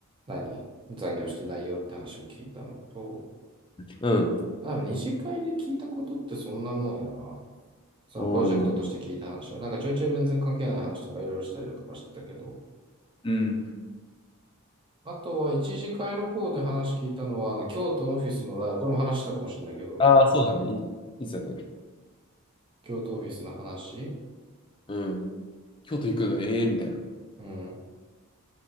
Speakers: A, on the right (about 20°); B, on the left (about 20°).
A: 何残業してないよって話を聞いたのと、
B: うん。
A: あ、でも二次会で聞いたことってそんなもんやな。そのプロジェクトとして聞いた話は、
B: おー
A: なんかちょいちょい全然関係ない話とかいろいろしたりだとかしてたけど、
B: うん。
A: あとは一次会の方で話聞いたのは、あの、京都のオフィスの、あこれも話したかもしれないけど、
B: ああ、そうだね。いいいっすよね。
A: 京都オフィスの話。
B: うん。京都行くの、ええーみたいな。
A: うん。